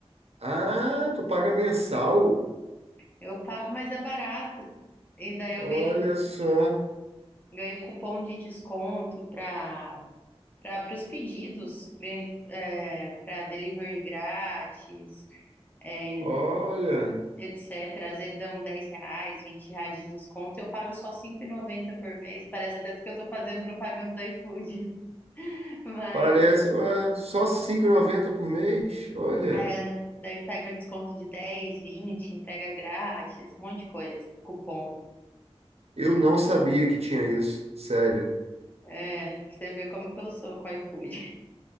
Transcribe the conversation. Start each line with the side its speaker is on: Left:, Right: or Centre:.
Right: Ah, tu paga mensal?
Left: Eu pago, mas é barato. E daí eu
Right: Olha
Left: ganho,
Right: só.
Left: ganho cupom de desconto para para os pedidos, ganho, é, para delivery grátis é,
Right: Olha.
Left: etc. Às vezes dão 10 reais, 20 reais de desconto. Eu pago só cinco e noventa por mês. Parece tanto que eu tô fazendo propaganda do iFood. <laughs> Mas,
Right: Parece. Ué, só R$ cinco e noventa por mês? Olha.
Left: é, daí pega desconto de 10, 20, entrega grátis, um monte de coisa. Cupom.
Right: Eu não sabia que tinha isso. Sério.
Left: É, você vê como que eu sou com o iFood.